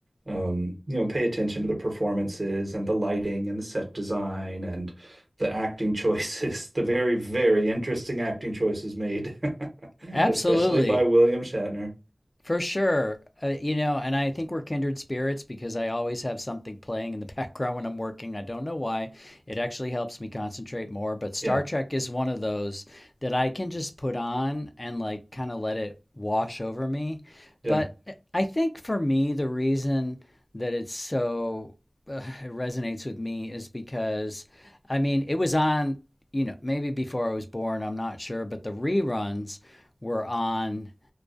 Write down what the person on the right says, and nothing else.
um, you know, pay attention to the performances and the lighting and the set design and the acting choices, <laughs> the very, very interesting acting choices made, <laughs>
especially by William Shatner.
Yeah,
yeah.